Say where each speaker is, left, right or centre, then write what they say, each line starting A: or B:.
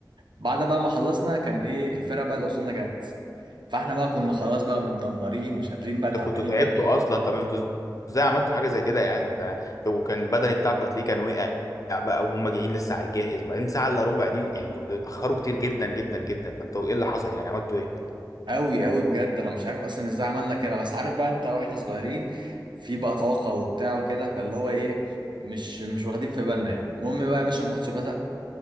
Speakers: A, on the right; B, on the left.
A: بعد بقى ما خلصنا كان ايه الفرقه بقى اللي قصادنا جت فاحنا بقى كنا خلاص بقى متدمرين مش قادرين بقى
B: انتوا
A: تعبانين
B: كنتوا تعبتوا
A: بقى
B: اصلا طب انتوا ازاي عملتوا حاجه زي كده يعني ما انت لو كان بدني بتاعكم هتلاقيه كان وقع بقى وهم جايين لسه على الجاهز وبعدين ساعه الا ربع دي يعني انتوا بتتاخروا كتير جدا جدا جدا فانتوا ايه اللي حصل يعني عملتوا ايه
A: أوي أوي بجد أنا مش عارف أصلا إزاي عملنا كده بس عارف بقى أنت وإحنا صغيرين في بقى طاقة وبتاع وكده فاللي هو إيه مش مش واخدين في بالنا يعني المهم بقى يا باشا الماتش بدأ